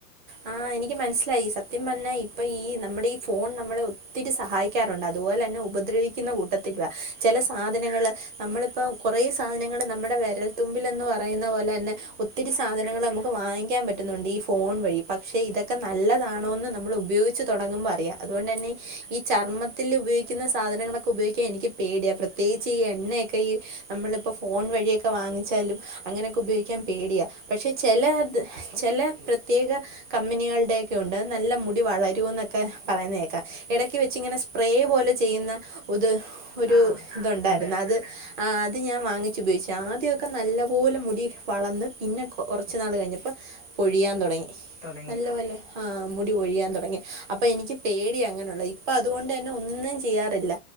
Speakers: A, on the right; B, on the left.
A: ആ എനിക്ക് മനസ്സിലായി സത്യം പറഞ്ഞാ ഇപ്പൊ ഈ നമ്മുടെ ഈ ഫോൺ നമ്മളെ ഒത്തിരി സഹായി ക്കാറുണ്ട് അതുപോലെന്നെ ഉപദ്രവിക്കുന്ന കൂട്ടത്തിലുവാ ചെല സാധനങ്ങള്ൾ നമ്മളിപ്പോ കൊറേ സാധനങ്ങള്ൾ നമ്മടെ വെരൽത്തുമ്പിൽന്ന് പറയുന്ന പോലെന്നെ ഒത്തിരി സാധനങ്ങൾ നമുക്ക് വാങ്ങിക്കാൻ പറ്റുന്നുണ്ട് ഈ ഫോൺ വഴി പക്ഷേ ഇതൊക്കെ നല്ലതാണോന്ന് നമ്മൾ ഉപയോഗി ച്ച് തൊടങ്ങുമ്പോ അറിയ അതൊണ്ട്‌ന്നെ ഈ ചർമ്മത്തിൽ ഉപയോഗിക്കുന്ന സാധനങ്ങളൊക്കെ ഉപയോഗിക്കാൻ എനിക്ക് പേടിയ പ്രത്യേകിച്ച് ഈ എണ്ണയൊക്കെ ഈ നമ്മളിപ്പോ ഫോൺ വഴിയൊക്കെ വാങ്ങിച്ചാലും അങ്ങനെക്കെ ഉപയോഗിക്കാൻ പേടിയാ പക്ഷെ ചെല ത് അത് ചെല പ്രത്യേക കമ്പനികൾടെയൊക്കെ ഉണ്ട് നല്ല മുടി വളരൂ ന്നൊക്കെ പറയുന്നേക്കാം എടക്ക് വെച്ച് ങ്ങനെ സ്പ്രേ പോലെ ചെയ്യുന്ന ഉത് ഒരു
B: ആ
A: തുണ്ടായിരുന്നു
B: ഉണ്ട്
A: അത് ആ അത് ഞാൻ വാങ്ങിച് ഉപയോഗിച്ചു ആദ്യഒക്കെ നല്ലപോലെ മുടി വളർന്ന് പിന്നെ കൊറച്ച് നാൾ കഴിഞ്ഞപ്പോ പൊഴിയാൻ തൊടങ്ങി
B: തുടങ്ങി
A: നല്ല പോലേ ആ മുടി ഒഴിയാൻ തൊടങ്ങി അപ്പൊ എനിക്ക് പേടിയ അങ്ങനെള്ളുത് ഇപ്പൊ അതുകൊണ്ട്ന്നെ ഒന്നും യ്യാറില്ല